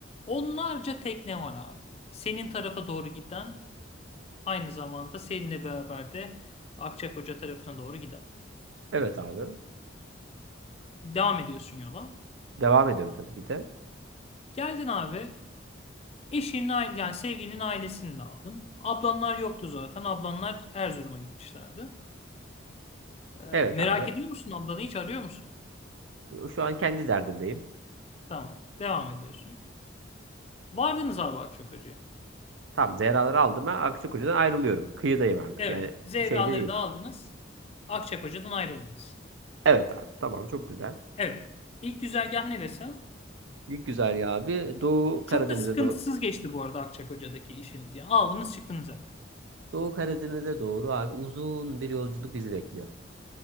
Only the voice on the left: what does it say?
Onlarca tekne var abi. Senin tarafa doğru giden, aynı zamanda seninle beraber de Akçakoca tarafına doğru giden.
Devam ediyorsun yola.
Geldin abi. Eşinin aile yani sevgilinin ailesini de aldın. Ablanlar yoktu zaten. Ablanlar Erzurum'a gitmişlerdi. Ee,
merak
ediyor musun ablanı hiç arıyor musun?
Tamam. Devam ediyorsun. Vardınız abi Akçakoca'ya.
Evet.
Zevraları
da aldınız. Akçakoca'dan ayrıldınız.
Evet. İlk güzergah neresi?
Çok da sıkıntısız
geçti bu arada Akçakoca'daki işiniz. Yani aldınız çıktınız hemen.